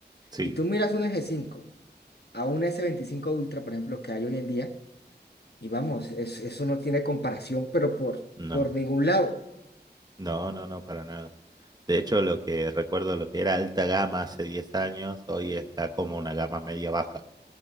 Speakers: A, on the right; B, on the left.
A: Sí,
B: Y tú miras un s cinco a un s veinticinco Ultra, por ejemplo, que hay hoy en día, y vamos, es- eso no tiene comparación, pero por,
A: no,
B: por ningún lado.
A: no, no, no, para nada. De hecho, lo que recuerdo, lo que era alta gama hace 10 años, hoy está como una gama media baja